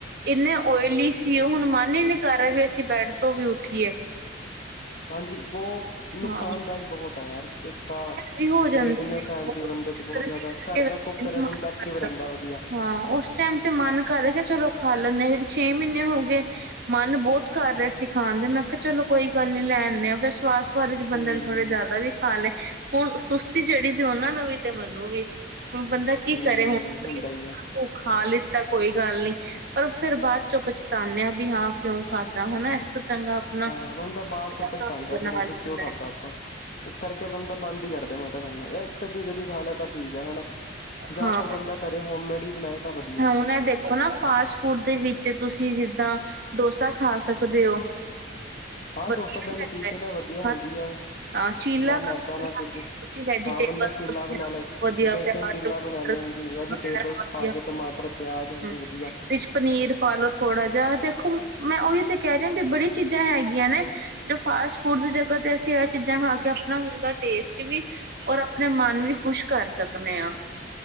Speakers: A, on the right; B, on the left.
A: ਇੰਨੇ ਓਇਲੀ ਸੀ ਹੁਣ ਮਨ ਹੀ ਨਹੀਂ ਕਰ ਰਿਹਾ ਵੀ ਅਸੀਂ ਬੈਡ ਤੋਂ ਵੀ ਉੱਠੀਏ।
B: ਹਾਂਜੀ ਬਹੁ ਨੁਕਸਾਨਦਾਇਕ
A: ਹਾਂ
B: ਬਹੁਤ ਹੈ ਯਾਰ ਇੱਕ ਤਾਂ
A: ਵੀ ਹੋ ਜਾਂਦੇ
B: ਲੇਜ਼ੀਨੈਸ
A: ਨੇ
B: ਆ ਜਾਂਦੀ
A: ਬਹੁਤ
B: ਬੰਦੇ ਚ ਬਹੁਤ
A: ਗਰਮੀ
B: ਜ਼ਿਆਦਾ
A: ਕਰਕੇ
B: ਘਰ
A: ਵੈਸੇ
B: ਦਾ ਕੁੱਕ ਕਰੇ
A: ਨੀ ਮਨ
B: ਬੰਦਾ ਐਕਟਿਵ
A: ਕਰਦਾ।
B: ਰਹਿੰਦਾ ਵਧੀਆ।
A: ਹਾਂ ਉਸ ਟਾਈਮ ਤੇ ਮਨ ਕਰ ਕੇ ਚਲੋ ਖਾ ਲੈਂਦੇ ਛੇ ਮਹੀਨੇ ਹੋ ਗਏ। ਮਨ ਬੋਹੁਤ ਕਰ ਰਹਾ ਸੀ ਖਾਣ ਦੇ ਮੈਂ ਕਿਹਾ ਚਲੋ ਕੋਈ ਗੱਲ ਨੀ ਲੈ ਆਦੇ ਆ ਫਿਰ ਸਵਾਸ ਵਾਦ ਚ ਬੰਦੇ
B: ਹੂੰ
A: ਨੇ ਥੋੜੇ ਜ਼ਿਆਦਾ ਵੀ ਖਾ ਲਏ ਹੁਣ ਸੁਸਤੀ ਚੜ੍ਹੀ ਤੇ ਉਹਨਾਂ ਨੂੰ ਵੀ ਤੇ ਮੈਨੂੰ ਵੀ ਹੁਣ ਬੰਦਾ ਕੀ
B: ਹੂੰ
A: ਕਰੇ ਹੁਣ ਭ
B: ਹੁੰਦਾ ਹੀ ਹੈ
A: ਖਾ ਲਿੱਤਾ ਕੋਈ ਗੱਲ ਨੀ ਪਰ ਫਿਰ ਬਾਅਦ ਚੋਂ ਪਛਤਾਨੇਆ ਵੀ ਹਾਂ ਕਿਉਂ ਖਾਧਾ ਹਨਾ ਇਸ ਤੋਂ ਚੰਗਾ ਆਪਣਾ
B: ਹਾਂ ਬੰਦਾ ਬਾਅਦ
A: ਘਰ
B: ਚੋਂ ਪਛਤਾੰਦਾ
A: ਬਣਾ
B: ਫਿਰ
A: ਲੈਂਦਾ
B: ਵੀ ਕਿਉਂ ਖਾਧਾ ਆਪਾਂ ਇਸ ਕਰਕੇ ਬੰਦਾ ਬੰਦ ਹੀ ਕਰਦੇ ਮੈਂ ਤਾ ਕੈਨਾ ਏ ਕਦੀ, ਕਦੀ ਖਾ ਲੈ ਤਾਂ ਠੀਕ ਹੈ ਹੈਨਾ, ਜ਼ਿਆਤਰ
A: ਹਾਂ
B: ਬੰਦਾ ਘਰੇ ਹੋਮਮੇਡੀ ਹੀ ਬਣਾਏ ਤਾਂ ਵਧੀਆ।
A: ਹੁਣ ਏ ਦੇਖੋ ਨਾ ਫਾਸਟ ਫੂ ਫੂਡ ਦੇ ਵਿੱਚ ਤੁਸੀ ਜਿੱਦਾਂ ਡੋਸਾ ਖਾ ਸਕਦੇ ਹੋ।
B: ਹਾਂ!
A: ਵਧੀਆ
B: ਡੋਸਾ ਬੈਨੀਫਿਸ਼ਿਅਲ
A: ਰਹਿੰਦਾ ਹੈ।
B: ਏ ਵਧੀਆ
A: ਹਾਂ
B: ਵਧੀਆ ਹ ਉਹ।
A: ਹਾਂ, ਚੀਲਾ
B: ਨਾ
A: ਘਰ
B: ਮੈਦਾ
A: ਬਣਾ
B: ਨਾ ਕੁੱਝ
A: ਕੇ ਤੁਸੀਂ ਵੈਜੀਟੇਬਲਸ
B: ਹਾਂ ਬੰਦਾ ਚੀਲਾ
A: ਵਧੀਆ
B: ਬਣਾ ਲੈ,
A: ਵਧੀਆ
B: ਬੇਸਨ
A: ਪਿਆਜ
B: ਚਿੱਲਾ
A: ਟਮਾਟਰ
B: ਬਣਾ ਲਿਆ। ਹਾਂਜੀ! ਵੈਜੀਟੇਬਲਸ
A: ਵਗੈਰਾ ਵਧੀਆ
B: ਪਾ ਕੇ ਟਮਾਟਰ, ਪਿਆਜ ਹਾਂਜੀ!
A: ਹੂੰ
B: ਵਧੀਆ।
A: ਵਿੱਚ ਪਨੀਰ ਪਾਲੋ ਥੋੜਾ ਜਿਹਾ ਦੇਖੋ ਮੈਂ ਉਹੀ ਤੇ ਕਹਿ ਰਿਹਾ ਵੀ ਬੜੀ ਚੀਜ਼ਾਂ ਹੈਗੀਆਂ ਨੇ, ਜੋ ਫਾਸ ਫੂਡ ਦੀ ਜਗ੍ਹਾ ਤੇ ਅਸੀ ਏਸ ਚੀਜ਼ਾਂ ਖਾ ਕੇ ਆਪਨਾ ਮੂੰਹ ਦਾ ਟੇਸਟ ਵੀ ਔਰ ਆਪਨੇ ਮਨ ਵੀ ਖੁਸ਼ ਕਰ ਸਕਨੇ ਆ।